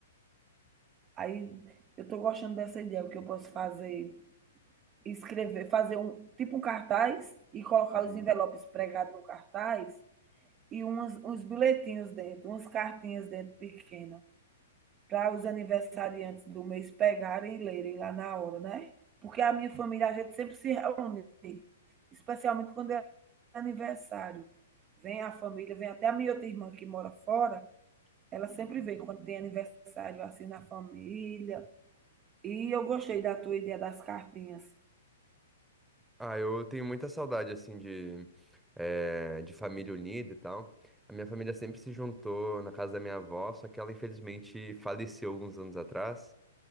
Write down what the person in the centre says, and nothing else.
Uhum.
Ah, eu tenho muita saudade, assim, de, eh, de família unida e tal. A minha família sempre se juntou na casa da minha avó, só que ela infelizmente faleceu alguns anos atrás.